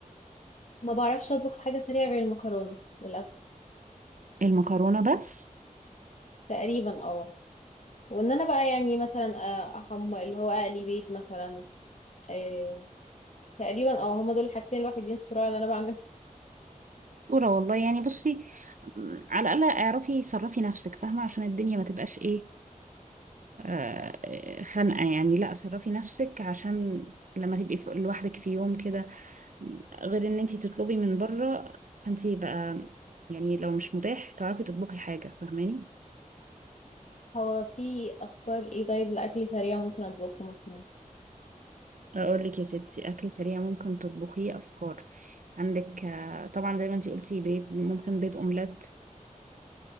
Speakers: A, on the left; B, on the right.
A: ما بعرفش أطبخ حاجة سريعة غير المكرونة للأسف
B: المكرونة بس
A: تقريبا اه وإن أنا بقى يعني مثلا آه، أحمر اللي هو أقلي بيض مثلا آه، تقريبا اه هما دول الحاجتين الوحيدين الصراع اللي أنا بعمل
B: ورا والله يعني بصي أم، على الأقل اعرفي صرفي نفسك فاهمة عشان الدنيا ما تبقاش ايه آه، خنقة يعني لا صرفي نفسك عشان لما تبقي ف- لوحدك في يوم كده غير ان انتي تطلبي من بره فانتي بقى يعني لو مش متاح تعرفي تطبخي حاجة فاهماني
A: هو في افكار ايه طيب لاكل سريع ممكن اطبخه مثلا
B: اقول لك يا ستي اكل سريع ممكن تطبخيه افكار عندك آه، طبعا زي ما انتي قلتي بيض ممكن بيض اومليت